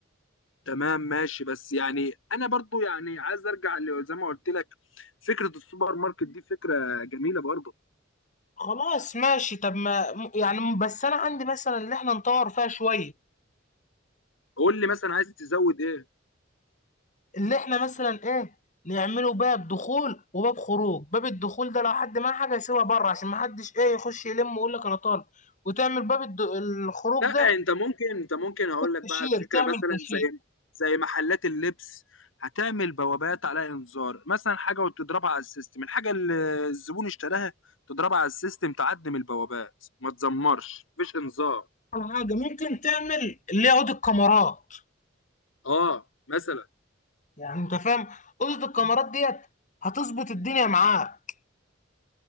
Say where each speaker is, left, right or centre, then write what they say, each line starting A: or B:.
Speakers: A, on the left; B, on the left.
A: تمام ماشي بس يعني انا برضو يعني عايز ارجع ل- زي ما قلت لك فكرة السوبر ماركت دي فكرة جميلة برضو
B: خلاص ماشي طب ما م- يعني بس انا عندي مثلا اللي احنا نطور فيها شوية
A: قول لي مثلا عايز تزود ايه
B: اللي احنا مثلا ايه نعمله باب دخول وباب خروج باب الدخول ده لو حد معاه حاجة يسيبها بره عشان ما حدش ايه يخش يلم ويقول لك انا طالب وتعمل باب الد... الخروج
A: لا
B: ده
A: انت ممكن انت ممكن اقول لك
B: كاشير
A: بقى على فكره
B: تعمل
A: مثلا
B: كاشير
A: زي زي محلات اللبس هتعمل بوابات على انذار مثلا حاجه وتضربها على السيستم الحاجه اللي الزبون اشتراها تضربها على السيستم تعدم البوابات ما تزمرش مفيش انذار
B: أول حاجة ممكن تعمل اللي يقعد الكاميرات
A: اه مثلا
B: يعني انت فاهم اوضه الكاميرات ديت هتظبط الدنيا معاك